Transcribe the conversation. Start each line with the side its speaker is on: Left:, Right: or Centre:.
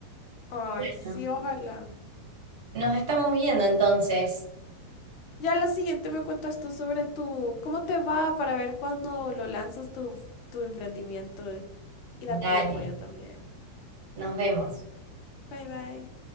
Left: Ay,
Right: Bueno,
Left: sí, ojalá.
Right: nos estamos viendo entonces.
Left: Ya la siguiente me cuentas tú sobre tu, cómo te va para ver cuándo lo lanzas tu, tu emprendimiento y darte
Right: Dale,
Left: apoyo también.
Right: nos vemos.
Left: Bye bye.